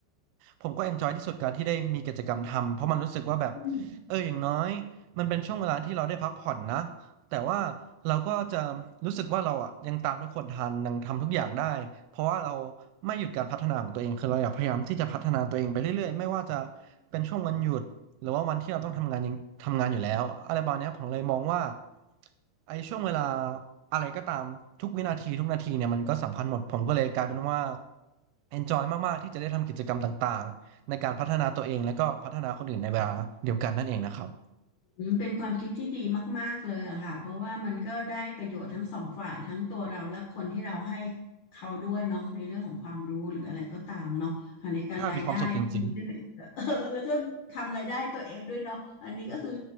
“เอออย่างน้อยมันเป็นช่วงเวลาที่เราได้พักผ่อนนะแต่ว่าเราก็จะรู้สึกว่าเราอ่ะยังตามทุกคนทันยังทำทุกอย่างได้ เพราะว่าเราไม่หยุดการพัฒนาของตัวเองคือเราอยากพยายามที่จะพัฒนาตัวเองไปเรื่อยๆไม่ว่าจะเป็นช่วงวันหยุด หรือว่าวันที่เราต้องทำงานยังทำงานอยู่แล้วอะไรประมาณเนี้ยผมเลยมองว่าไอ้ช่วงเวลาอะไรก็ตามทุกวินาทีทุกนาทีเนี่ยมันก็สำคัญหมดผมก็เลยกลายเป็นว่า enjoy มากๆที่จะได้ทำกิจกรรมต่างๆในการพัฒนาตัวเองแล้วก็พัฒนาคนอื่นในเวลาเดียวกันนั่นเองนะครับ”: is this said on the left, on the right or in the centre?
Right